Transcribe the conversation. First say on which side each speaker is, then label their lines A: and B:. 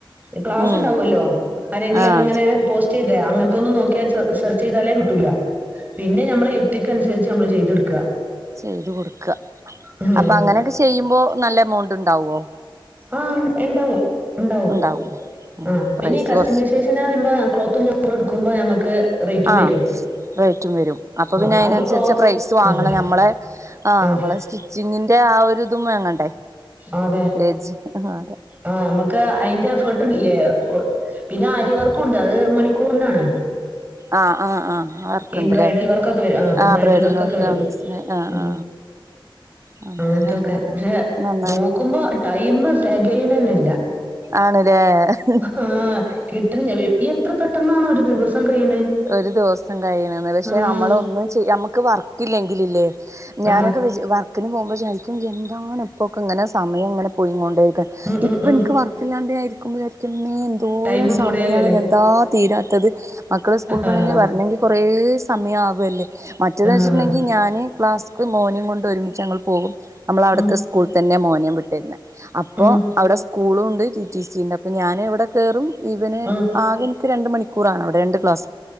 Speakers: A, on the right (about 20°); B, on the right (about 35°).
A: ക്ലാസ്ണ്ടാവുമല്ലോ
B: ഉം
A: ആരെങ്കിലോക്കെ
B: ആഹ്
A: ഇങ്ങനെ പോ സ്റ്റേതെ അങ്ങനത്തൊന്ന് നോക്കിയാ സേർ ചെയ്താലേ കിട്ടൂല പിന്നെ ഞമ്മളെ യുക്തിക്ക് അനുസരിച്ച് നമ്മള് ചെയ്തെടുക്കുക
B: ചെയ്തു കൊടുക്ക
A: ഉം
B: അപ്പോ അങ്ങനെയൊക്കെ ചെയ്യുമ്പോ നല്ല എമൗ ണ്ട്ണ്ടാവുമോ
A: ആ ഇണ്ടാവും ഇണ്ടാവും
B: ഉണ്ടാവൂല ഉം
A: ആ
B: പ്രൈസ്
A: പിന്നെ കസ്റ്റമൈസേഷന്ന്
B: കുറച്ച്
A: പറയുമ്പോ ക്ലോത്തും നമ്മള് എടു ക്കുമ്പോ നമുക്ക് റേറ്റും
B: ആ
A: വരും
B: റേറ്റും വരും അപ്പോ
A: ആ
B: പിന്നെ അതിനനുസരിച്ച്
A: അവര് ക്ലോത്ത്
B: പ്രൈസ് വാങ്ങണം
A: ആ
B: നമ്മളെ ആ
A: ആഹ്
B: നമ്മളെ സ്റ്റിച്ചിങ്ങിന്റെ ആ ഒരു രുതും വാങ്ങണ്ടേ
A: അതെ
B: ഏജ് അതെ
A: ആ നമ്മക്ക് അയിന്റെ എഫർട്ട് ട്ടും ഇല്ലേ പിന്നെ ആര്യവർക്കുണ്ട് അത് മണിക്കൂറിനാണ്
B: ആ ആ ആ വർക്കുണ്ടല്ലേ
A: ഈ ബ്രൈഡൽ വർക്കൊക്കെ വരും ആഹ്
B: ആ ബ്രൈഡൽ
A: വർക്കൊക്കെ
B: വർക്ക്‌
A: വരും
B: ആ മനസ്സിലായി ആ
A: ഉം
B: ആ <unintelligible>
A: അങ്ങനത്തൊക്കെ പക്ഷെ നോക്കുമ്പോ ടൈം തേകയണെന്നേ ഇല്ല
B: ആണ്ല്ലേ
A: ആഹ് കിട്ടണില്ല വീ എത്ര പെട്ടെന്നാന്നോ ഒരു ദിവസം കഴിയണേ
B: ഒരു ദിവസം കഴിയണന്ന് പക്ഷെ
A: ആഹ്
B: നമ്മള് ഒന്നും ചെയ് നമ്മുക്ക് വർക്കില്ലെങ്ക ങ്കിലില്ലേ ഞാനൊക്കെ
A: ആഹ്
B: വിചാ വർക്കിന് പോകുമ്പോ വിചാരിക്കും എന്താണ് ഇപ്പൊക്കെ ഇങ്ങനെ സമയം ഇങ്ങനെ പോയി കൊണ്ടേരിക്ക്ണ്
A: ഉം ഉം
B: ഇപ്പ
A: ഉം
B: ഇൻക്ക് വർക്ക്ല്ലാണ്ട് ഞാൻ ഇരിക്കുമ്പോ വിചാരിക്കും മ്മേ എന്തോരം
A: ടൈമ്
B: സമയാണ്
A: പോണേല്ലല്ലേ
B: ഇതെന്താ തീരാത്തത് മക്കള് സ് <unintelligible>
A: ആഹ്
B: വരണെങ്കി കൊ കൊറേ സമയാവല്ലേ മറ്റേത്ച്ച്ട്ട്ണ്ടെങ്കി
A: ആഹ്
B: ഞാന് ക്ലാസ്ക്ക്‌ മോനേം കൊണ്ട് ഒരുമിച്ച് ഞങ്ങള് പോകും നമ്മളവിടുത്തെ
A: ഉം
B: സ്കൂൾത്തെന്നെ മോൻ <unintelligible> വിട്ടെര്ണെ അപ്പൊ
A: ഉം
B: അവിടെ സ്കൂളും ണ്ട് ടി ടി സി ണ്ട് അ അപ്പൊ ഞാൻ ഇവിടെ കേറും ഇവന്
A: ഉം
B: ആക ഇന്ക് രണ്ട് മണിക്കൂറാണ് അവിടെ രണ്ട് ക്ലാസ്.